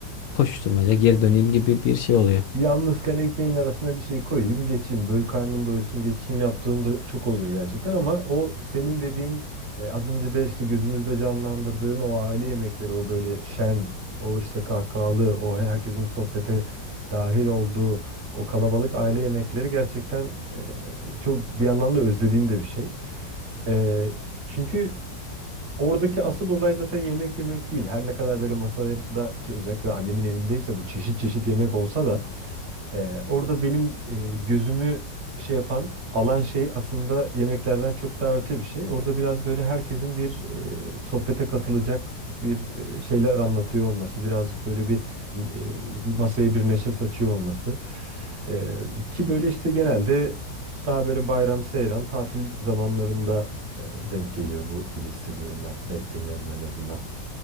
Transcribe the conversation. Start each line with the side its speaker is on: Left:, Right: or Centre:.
Left: koşuşturmaca geri döneyim gibi bir şey oluyor.
Right: Yalnızken ekmeğin arasına bir şey koyayım, geçeyim. Doy karnım doysun, geçeyim yaptığımda çok oluyor gerçekten ama o senin dediğin e, az önce de işte gözümüzde canlandırdığın o aile yemekleri, o böyle şen, o işte kahkahalı, o herkesin sohbete dahil olduğu o kalabalık aile yemekleri gerçekten e, çok bir yandan da özlediğim de bir şey. E, çünkü Oradaki asıl olay zaten yemek yemek değil. Her ne kadar böyle masada ki özellikle de annemin evindeyse bu çeşit çeşit yemek olsa da e, orada benim e, gözümü şey yapan alan şey aslında yemeklerden çok daha öte bir şey. Orada biraz böyle herkesin bir e, sohbete katılacak bir e, şeyler anlatıyor olması, birazcık böyle bir e, masaya bir neşe saçıyor olması. E, ki böyle işte genelde daha böyle bayram, seyran, tatil zamanlarında e, denk geliyor bu gibi hissediyorum ben. Ben benim adıma en azından.